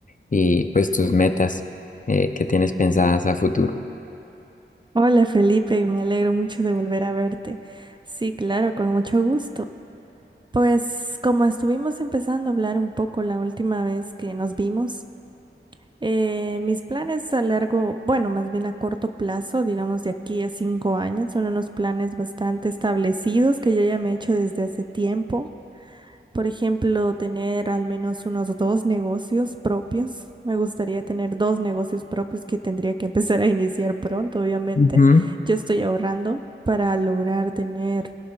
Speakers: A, on the left (about 40°); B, on the right (about 20°).
A: y pues tus metas eh, que tienes pensadas a futuro.
B: Hola Felipe, me alegro mucho de volver a verte. Sí, claro, con mucho gusto. Pues como estuvimos empezando a hablar un poco la última vez que nos vimos, eh, mis planes a largo, bueno, más bien a corto plazo, digamos de aquí a cinco años, son unos planes bastante establecidos que yo ya me he hecho desde hace tiempo. Por ejemplo, tener al menos unos dos negocios propios. Me gustaría tener dos negocios propios que tendría que empezar a iniciar pronto, obviamente.
A: Ujú.
B: Yo estoy ahorrando para lograr tener